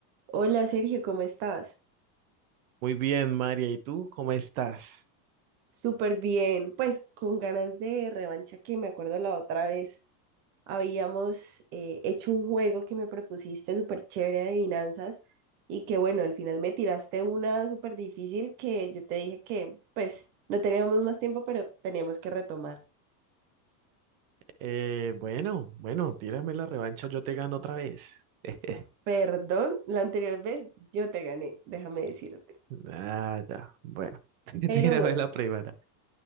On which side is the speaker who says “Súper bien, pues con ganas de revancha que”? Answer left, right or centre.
Right